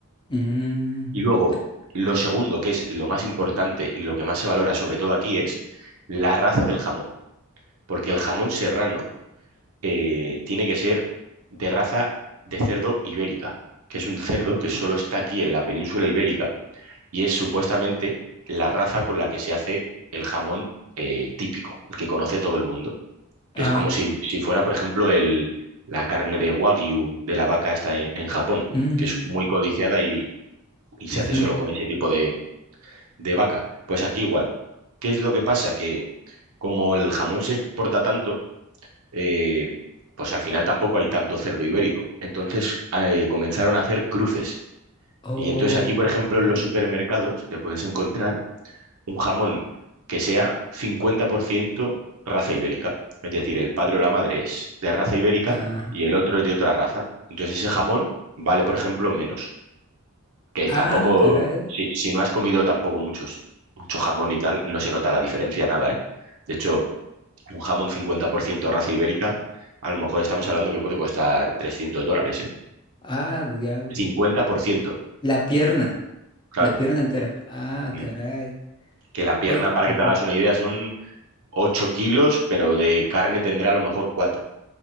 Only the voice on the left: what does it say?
Mm,
mm.
Ah,
mm,
ujú.
Oh,
ajá.
Ah,
ah, caray.
Ah, diablo.
La pierna.
La pierna entera. Ah,
caray.
Oye,
ujú.